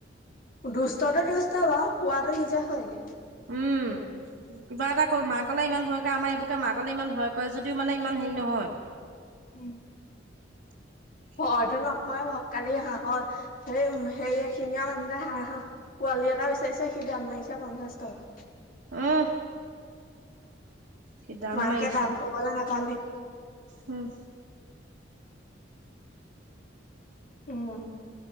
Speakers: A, on the left; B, on the right.
A: দুষ্টটো দুষ্ট বাৰু শুৱাতো নিজে শুৱেগে।
B: উম। উম, কিবা এটা ক মাকলে ইমান ভয় কৰে আমাৰ এইবোৰকে মাকলে ইমান ভয় কৰে যদিও মানে ইমান হেৰি নহয়।
A: উম
B: <inaudible>
A: ভয়টো নকৰে বাৰু, কালি হাঁহৰ হে হেৰি এশিঙীয়া <unintelligible> হাঁহ পোৱালি এটা বিচাৰিছে সি দাম মাৰিছে পঞ্চাশ টকা।
B: <unintelligible> সি
A: মাকে
B: মাৰিছে
A: দাম কবলে নাপালেই।
B: উম।
A: উম।